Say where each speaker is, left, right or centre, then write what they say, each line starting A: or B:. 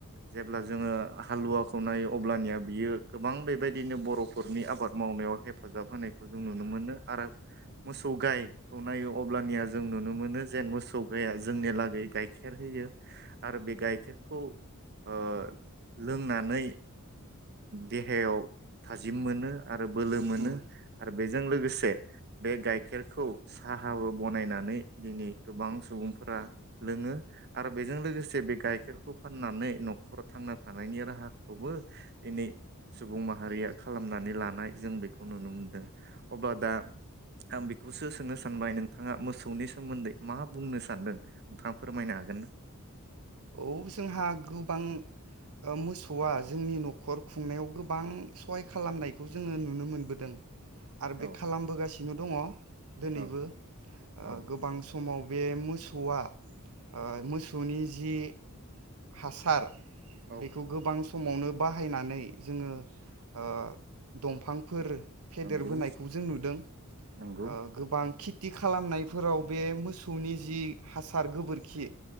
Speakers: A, on the right; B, on the right.
A: जेब्ला जोङो हालुवाखौ नायो अब्लानिया बियो गोबां बेबायदिनो बरफोरनि आबाद मावनायाव हेफाजाब होनायखौ जों नुनो मोनो आरो मोसौ गायखौ नायो अब्लानिया जों नुनो मोनो जेन मोसौ गाया जोंनि लागै गाइखेर होयो आरो बे गाइखेरखौ ओ लोंनानै देहायाव थाजिम मोनो। आरो बोलो मोनो
B: उम
A: आ बेजों लोगोसे बे गाइखेरखौ साहाबो बनायनानै नै दिनै गोबां सुबुंफोरा लोङो। आरो बेजों लोगोसे बे गाइखेरखौ फाननानै नखराव थांना थानायनि राहाखौबो दिनै सुबुं माहारिया खालामनानै लानाय जों बेखौ नुनो मोनदों अब्ला दा आं बेखौसो सोंनो सानबाय नोंथाङा मोस औनि सोमोन्दै मा बुंनो सानदों नोंथाङा फोरमायनो हागोन ना?
B: औ जोंहा गोबां मोसौआ जोंनि न'खर खुंनायाव गोबां सहाय खालामनायखौ जोङो नुनो मोनबोदों। आरो बे
A: औ
B: खालामबोगासिनो दङ। दोनैबो
A: औ
B: ओ
A: औ
B: गोबां समाव बे मोसौ आ मोसौनि जि हासार
A: औ
B: बेखौ गोबां समावनो बाहायनानै जोङो ओ दंफांफोर फेदेरबोनायखौ
A: नंगौ
B: जों नुदों ओ
A: नंगौ
B: गोबां खि खिथि खालामनायफोराव बे मोसौनि जि हासार गोबोरखि